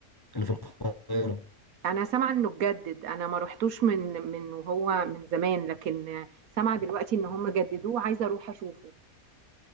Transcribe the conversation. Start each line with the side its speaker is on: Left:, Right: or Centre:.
Left: اللي في القاهرة؟
Right: انا سامعة انه اتجدد انا ما روحتوش من من وهو من زمان لكن سامعة دلوقتي ان هم جددوه عايزة اروح اشوفه